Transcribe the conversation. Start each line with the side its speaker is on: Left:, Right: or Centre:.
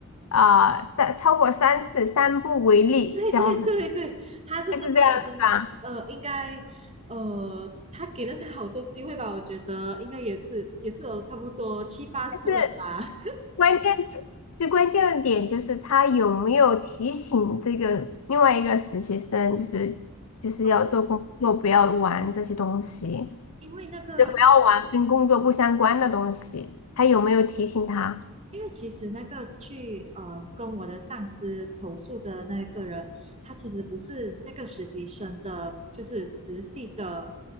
Left: 啊、三超过三次三不为例这样子，
Right: <laughs> 对对对对，他是真的已经呃，
Left: 就是这样子吧。
Right: 应该呃，他给了他好多机会吧？我觉得应该也是也是有差不多七八次了吧。
Left: 是。关键就最关键的点就是他有没有提醒这个另外一个实习生，就是就是要做工作，
Right: 呃，
Left: 不要玩这些东西，
Right: 因为那个，
Left: 就不要玩跟工作不相关的东西。他有没有提醒他？
Right: 因为其实那个去呃跟我的上司投诉的那个人，他其实不是那个实习生的，就是直系的